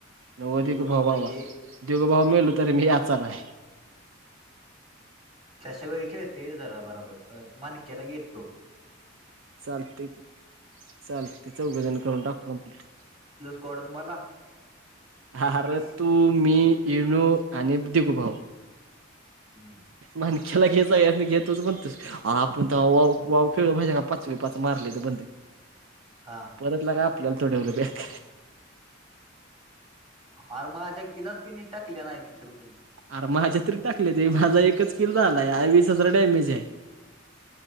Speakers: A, on the right; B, on the right.
A: नको
B: दिगो
A: दिगुभाऊ
B: भाऊला
A: बाबा
B: घे
A: दिगुभाऊ मेल तरी, मी याचा नाही
B: तशा वेळी खेळतील जरा बराबर अ मणक्याला येतो
A: चालतंय की चालतंय चौघंजण करून टाकू कंप्लीट
B: कडून मला
A: हा आरं तू, मी, इनू आणि दिघू भाऊ
B: हम्म्
A: माणक्याला घे, सगळ्यांसनी घे तूच म्हणतो आण आपण तर वाॅव-वाॅव खेळलो म्हायती का? पाचवी पाच मारलेत बंद
B: हा
A: परत लका आपल्याला तोडेव्हल बॅक
B: आर माझ्या किलाच कुणी टाकल्या नाय <unintelligible>
A: आर माझ्या तरी टाकले ते माझा एकच किल झालाय वीस हजार डॅमेज हाय.